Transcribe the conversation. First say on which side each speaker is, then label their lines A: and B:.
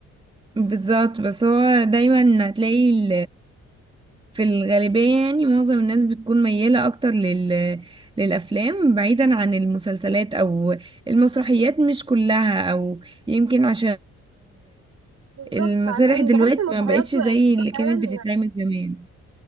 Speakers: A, on the right; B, on the right.
A: بالظبط بس هو دايما هتلاقي في الغالبية يعني معظم الناس بتكون ميالة أكتر لل... للأفلام بعيدا عن المسلسلات أو المسرحيات مش كلها أو يمكن عشان
B: بالظبط
A: المسارح
B: عشان
A: دلوقتي
B: بحس المسرحيات
A: ما بقتش
B: بتبقى
A: زي اللي
B: فعلا
A: كانت بتتعمل زمان